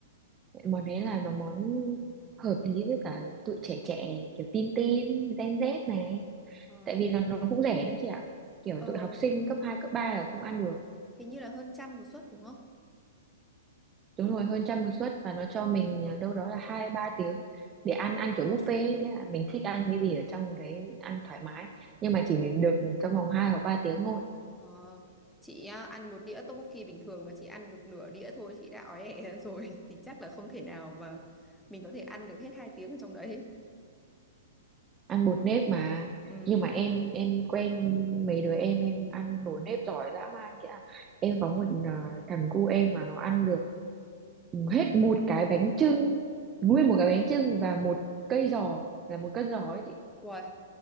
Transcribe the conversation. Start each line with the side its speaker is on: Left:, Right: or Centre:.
Right: món đấy là nó món hợp lý với cả tụi trẻ trẻ kiểu tin tin gen Z này
Centre: Ờ,
Right: tại vì là nó cũng rẻ nữa chị ạ kiểu
Centre: ờ
Right: tụi học sinh cấp 2 cấp 3 là cũng ăn được
Centre: hình như là hơn trăm một suất đúng không
Right: đúng rồi hơn trăm một suất và nó cho mình à, đâu đó là hai ba tiếng để ăn ăn kiểu buffet ấy, nghĩa là mình thích ăn cái gì ở trong đấy ăn thoải mái nhưng mà chỉ được trong vòng hai hoặc ba tiếng thôi
Centre: ờ, chị à, ăn một đĩa tteokbokki bình thường mà chị ăn được nửa đĩa thôi chị đã ói ẻ rồi <laughs> thì chắc là không thể nào mà mình có thể ăn được hết hai tiếng ở trong đấy.
Right: ăn bột nếp mà
Centre: Ừ.
Right: nhưng mà em em quen mấy đứa em em ăn bột nếp giỏi dã man kia em có một à, thằng cu em mà nó ăn được hết một cái bánh chưng nguyên một cái bánh chưng và một cây giò là một cân giò ấy chị
Centre: Uầy,